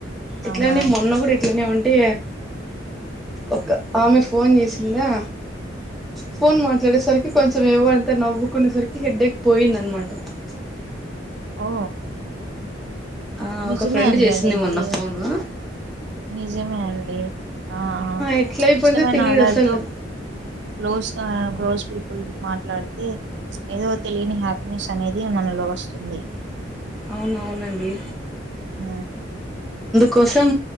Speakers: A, in the centre; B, on the right.
A: ఇట్లనే
B: అవునా
A: మొన్న గూడా ఇట్లనే ఉంటే ఒక ఆమె ఫోన్ జేసిందా ఫోన్ మాట్లాడేసరికి కొంచెం ఎవ్వంత నవ్వుకునేసరికి హెడ్డేక్ పోయిందన్మాట ద
B: ఓ
A: ఆ
B: నిజమే
A: ఒక ఫ్రెండ్
B: అండి
A: చేసింది
B: అదయితే
A: మొన్న ఫోను
B: నిజమే అండి ఆ
A: ఎట్ల అయిపోయిందో
B: ఇష్టమైనోళ్ళతో
A: తెలియదు అసలు
B: క్లోజ్గా క్లోజ్ పీపుల్ మాట్లాడితే ఏదో తెలియని హ్యాపీనెస్ అనేది మనలో స్తుంది
A: అవునవునండి
B: ఉ
A: కోసం